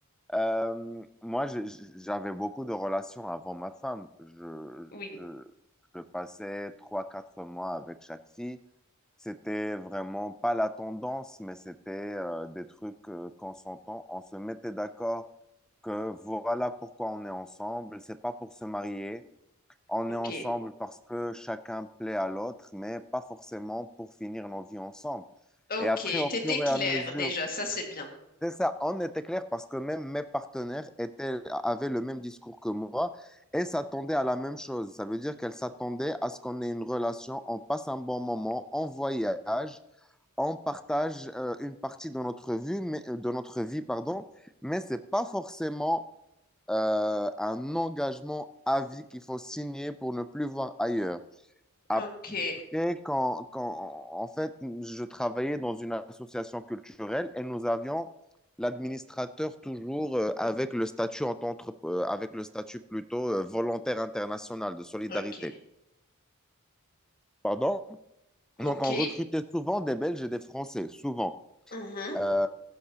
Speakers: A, in the centre; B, on the left.
A: euh, moi, je- je- j'avais beaucoup de relations avant ma femme. Je,
B: Oui,
A: je, je passais trois, quatre mois avec chaque fille. C'était vraiment pas la tendance, mais c'était euh, des trucs euh, qu'on s'entend. On se mettait d'accord que voilà pourquoi on est ensemble. C'est pas pour se marier. On
B: ok.
A: est ensemble parce que chacun plaît à l'autre, mais pas forcément pour finir nos vies ensemble.
B: Ok,
A: Et après, au
B: t'étais
A: fur
B: claire
A: et à mesure
B: déjà, ça c'est bien.
A: c'est ça, on était clair parce que même mes partenaires étaient, avaient le même discours que moi et s'attendaient à la même chose. Ça veut dire qu'elles s'attendaient à ce qu'on ait une relation, on passe un bon moment, on voyage, on partage euh, une partie de notre vie, mais, euh, de notre vie, pardon, mais ce n'est pas forcément euh, un engagement à vie qu'il faut signer pour ne plus voir ailleurs.
B: Ok,
A: Après, quand, quand, en fait, je travaillais dans une association culturelle et nous avions l'administrateur toujours euh, avec le statut en tant qu'entre- euh, avec le statut plutôt euh, volontaire international de solidarité.
B: ok,
A: Pardon?
B: ok,
A: Donc, on recrutait souvent des Belges et des Français, souvent.
B: mhm,
A: Euh,